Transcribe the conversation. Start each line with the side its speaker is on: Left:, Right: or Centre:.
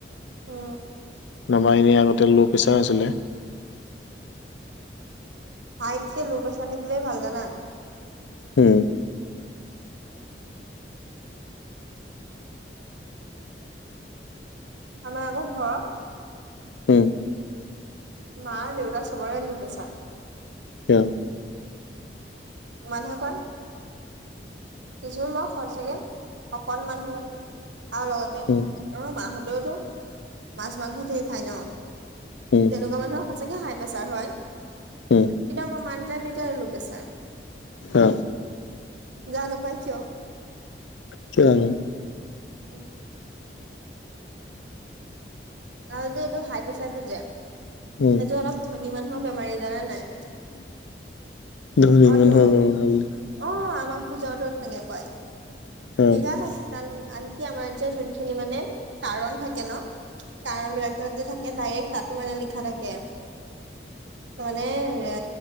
Right: অ।
Left: আমাৰ এনেই আগতে ল' প্ৰেছাৰ হৈছিলে।
Right: হাইটকে ল' প্ৰেছাৰ থাকিলে ভাল জানা?
Left: উম।
Right: আমাৰ আগৰ ঘৰৰ
Left: উম।
Right: মা দেউতা চবৰে লো প্ৰেছাৰ।
Left: উম।
Right: মানুহে কয় কিছো ল সচাকে শকত মানুহ আৰু লগতে
Left: উম
Right: অ মাহতেওতো মাছ মাংস ধেই খাই ন।
Left: উম।
Right: তেনেকুৱা মানুহৰ সচাকে হাই প্ৰেছাৰ হয়।
Left: উম
Right: কিন্তু আমাৰ মা দেউতাৰ দুইটাৰ ল প্ৰেছাৰ,
Left: অ
Right: জানো পাই কিয়?
Left: কিয় নো?
Right: উম। আৰু যে এইটো হাই প্ৰেছাৰটো যে
Left: উম।
Right: সেইটো অলপ ধনী মানুহৰ বেমাৰী, জানা নাই?
Left: ধনী
Right: অ
Left: মানুহৰ
Right: তো
Left: বেমাৰী।
Right: অ আমাৰ পূজাহঁতৰ তেনেকোৱাই,
Left: অ
Right: <unintelligible> আনকি আমাৰ এতিয়া যোনখিনি মানে কাৰণ থাকে ন কাৰণ বিলাক ত যে থাকে ডাইৰেক্ট তাতো মানে লিখা থাকে ত মানে এ